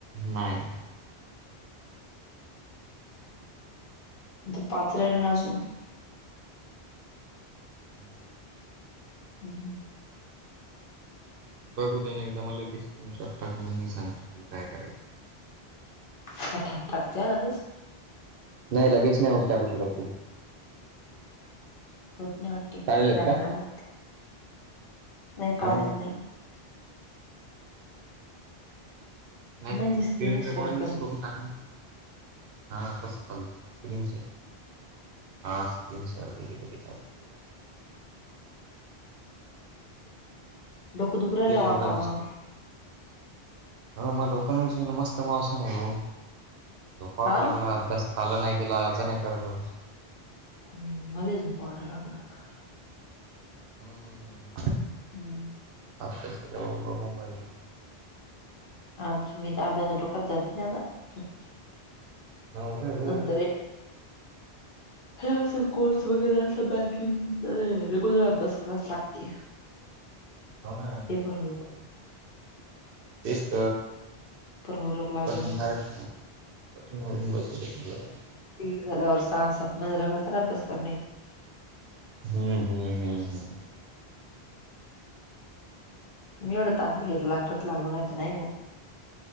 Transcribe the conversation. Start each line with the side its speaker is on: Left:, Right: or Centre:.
Right: नाय <unintelligible>
Left: आता पाच राहिलेनासून <unintelligible>
Right: हम्म <unintelligible>
Left: हम्म <unintelligible>
Right: बघू द एकदा मला दिस त चार टाकून मी सांगतो तुला काय करायचं <unintelligible>
Left: हथांब टाकते हा लगेच <unintelligible>
Right: नाही लगेच नाही होत टाकू शकत तू <unintelligible>
Left: होत नाही वाटी
Right: काढेल आहेत
Left: बॅग
Right: का
Left: झाला लागत <unintelligible> नाही काढल
Right: हा
Left: नाही <unintelligible>
Right: नाही
Left: मी स्क्रीनच
Right: स्क्रीन
Left: शेअर
Right: रेकॉर्डिंगच
Left: करीन
Right: करून टाकणार <unintelligible> हा बस चालत स्कन शर हा स्कन शेअर वरे व चालत <unintelligible>
Left: डोक दुकू राहिला
Right: ते एवढा
Left: वातावरण <unintelligible>
Right: ह म डोका मस्त मावस नाही आहे ग जो पाट
Left: हा
Right: लागला अभ्यास <unintelligible> काल नाही गेला अज नाही करात <unintelligible>
Left: हम् मला झो पावडर लागलाता <unintelligible>
Right: हम्म <unintelligible>
Left: हम्म <unintelligible>
Right: आपस बबा बंबई <unintelligible>
Left: आमच मी तर अभ्यास डोक्यात धरत नाही आता <unintelligible>
Right: नवरा हो
Left: नंतर हे सु <unintelligible> कोर्स वगैरे असला बँकिंग तर रेग्युलर अभ्यास करास लागते <unintelligible>
Right: हो ना
Left: तेपर <unintelligible>
Right: तेस्त
Left: होईलोक लागेलोक
Right: कठीनी कार्यक्रम <unintelligible> कठीणवीून बलीलं <unintelligible>
Left: िग झाल्यावर सहा सात महि रघा तर अभ्यास कर नाही <unintelligible>
Right: हम्म हम्म हम्म हम्म <unintelligible>
Left: म्ही एवढं ताणणी घेतला लाग लागल नाही तर नाही ब <unintelligible>